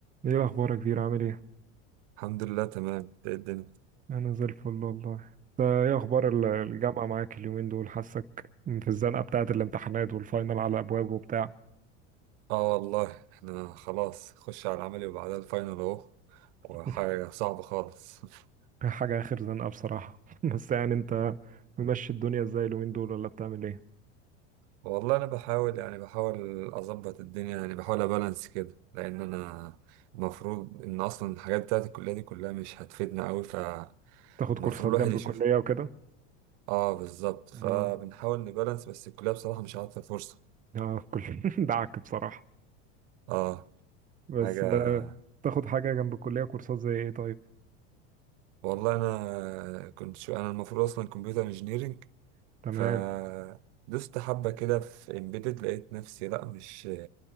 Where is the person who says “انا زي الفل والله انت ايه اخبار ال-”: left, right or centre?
Right